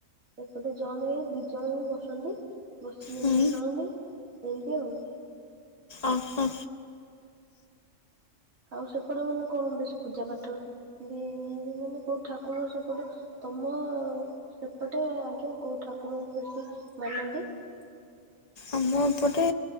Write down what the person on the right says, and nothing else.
ଏକଟେ ଜଣ ହେ ଦି ଜଣ ବି ବସନ୍ତି ବସିକି ଯେମତି
ଖେଳନ୍ତି ଏମିତି ଆଉ।
ଆଉ ସେପଟେ ମାନେ କଣ ବେଶୀ ପୂଜା ପାାଠ ଉ ମାନେ କୋଉ ଠାକୁର ସେପଟେ ତମ ସେପଟେ ଆଜ୍ଞା କୋଉ ଠାକୁରଙ୍କୁ ବେଶୀ ମାନନ୍ତି?